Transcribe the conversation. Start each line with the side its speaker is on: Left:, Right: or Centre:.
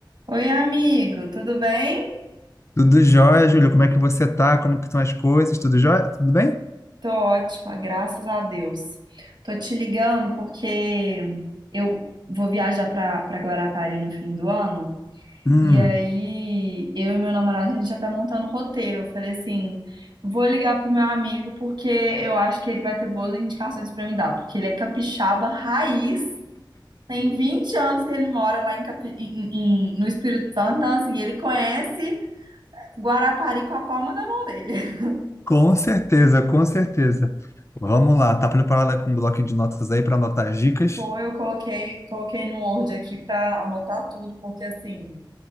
Right: Oi, amigo, tudo bem?
Left: Tudo jóia, Júlio? Como é que você tá? Como que estão as coisas? Tudo jóia? Tudo bem?
Right: Tô ótima, graças a Deus. Tô te ligando porque eu vou viajar pra, pra Guarapari no fim do ano.
Left: Hum,
Right: E aí, eu e meu namorado, a gente já tá montando o roteiro. Eu falei assim: vou ligar pro meu amigo porque eu acho que ele vai ter boas indicações pra me dar. Porque ele é capixaba raiz, tem 20 anos que ele mora lá em, Capi- em- em- em- no Espírito Santo. Então, assim, ele conhece Guarapari com a palma da mão dele. <laughs>
Left: com certeza, com certeza. Vamos lá, tá preparada com um bloco de notas aí para anotar as dicas?
Right: Tô, eu coloquei, coloquei no Word aqui pra anotar tudo, porque assim,